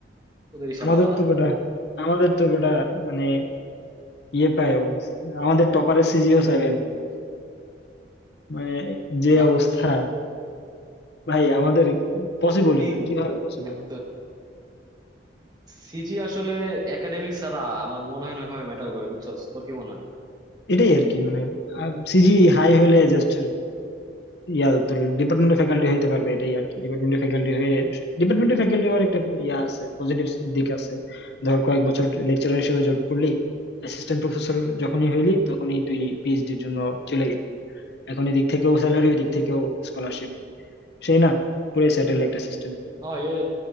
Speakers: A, on the right (about 20°); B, on the left (about 60°).
A: ওদের হিসাব
B: আমাদের
A: আলাদা
B: তো বেটা আমাদের তো বেটা মানে ইয়ে পায় ও, আমাদের টপারের সিজিও সেভেন মানে যে
A: বাহ
B: অবস্থা ভাই আমাদের পসিবলই
A: কি
B: না কিভাবে পসিবল
A: হ্যাঁ, তো সিজি আসলে একাডেমিক ছাড়া আমার মনে হয় না ওইভাবে ম্যাটার করে বুঝছো তোর কি মনে হয়
B: এটাই আর কি মানে সিজি হাই হলে জাস্ট ইয়া তোর ডিপার্টমেন্টের ফ্যাকাল্টি হইতে পারবে এটাই আর কি ডিপার্টমেন্টের ফ্যাকাল্টি হয়ে ডিপার্টমেন্টের ফ্যাকাল্টি হওয়ার একটা ইয়া আছে পজিটিভ দিক আছে ধর কয়েক বছর লেকচারার হিসেবে জব করলি অ্যাসিস্ট্যান্ট প্রফেসর যখনই হইলি তখনই তুই পিএইচডির জন্য চলে গেলি এখন এদিক থেকেও স্যালারি ওই দিক থেকেও স্কলারশিপ সেই না পুরাই স্যাটেল একটা সিস্টেম
A: হ্যাঁ এ-